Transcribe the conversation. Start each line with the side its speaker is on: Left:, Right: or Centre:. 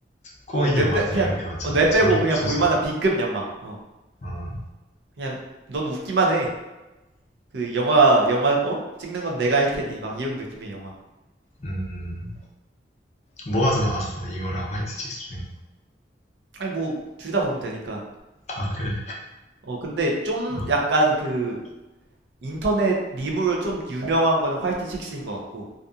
Left: 코미디
Right: 어, 뇌
Left: 영화들이
Right: 빼, 그냥,
Left: 이런 게 많잖아.
Right: 어, 뇌 빼고
Left: 잠입수사.
Right: 그냥 볼만한 B급 영화. 어,
Left: 어,
Right: 그냥, 넌 웃기만 해. 그 영화 영화 어? 찍는 건 내가 할 테니 막 이런 느낌의 영화.
Left: 음, 뭐가 더 나왔어? 이거랑 화이트 칙스 중에.
Right: 아니 뭐 둘 다 보면 되니까.
Left: 아, 그래?
Right: 어 근데 좀
Left: 어,
Right: 약간 그 인터넷 밈으로 좀 유명한 거는 화이트 칙스인 것 같고.